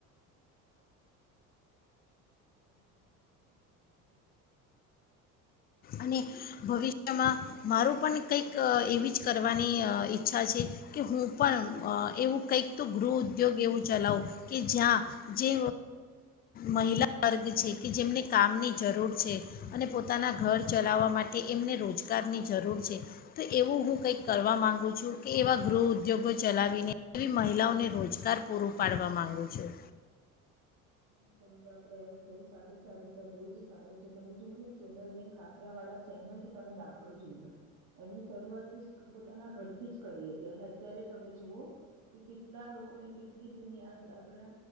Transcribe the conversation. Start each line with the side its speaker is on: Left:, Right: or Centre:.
Right: <inaudible> <inaudible>
Left: અને ભવિષ્યમાં મારું પણ કંઈક એવી જ કરવાની ઈચ્છા છે. કે હું પણ એવું કંઈક તો ગૃહ ઉદ્યોગ એવું ચલાવો કે જ્યાં જે મહિલા વર્ગ છે. કે જેમને <unintelligible> જરૂર છે અને પોતાના ઘર ચલાવવા માટે એમને રોજગારની જરૂર છે. તો એવું હું કઈક કરવા માંગ છ કે એવા ગૃહ ઉદ્યોગો ચલાવીને એવી મહિલાઓને રોજગાર પૂર પાડવા માંગુ છું.
Right: એ તમારો આ પ્રયાસ બહ સારું છે. આ વિચાર બહુ જ સારો છે તમે જુઓ ને સોલર બેન ખાખરા વાળા છે એમનો જ તમે દાખલો જોઈ લો. એમની શરૂઆત પોતાના ઘરથી થી જ કરી હતી અને અત્યારે તમે જુઓ કે કેટલા લોકોને કેટલી દુનિયા આપડા